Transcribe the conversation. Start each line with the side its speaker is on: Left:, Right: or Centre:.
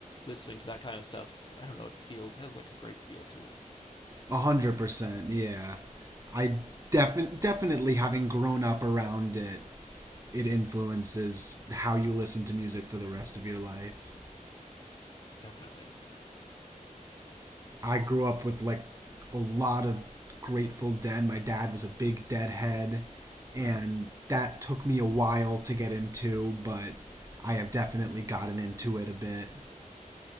Left: listening to that kind of stuff. I don't know. It feels it has like a great feel to it.
Right: A hundred percent. Yeah. I defi- definitely having grown up around it, it influences how you listen to music for the rest of your life.
Left: Definitely
Right: I grew up with like a lot of Grateful Dead. My dad was a big Deadhead, and
Left: nice.
Right: that took me a while to get into, but I have definitely gotten into it a bit.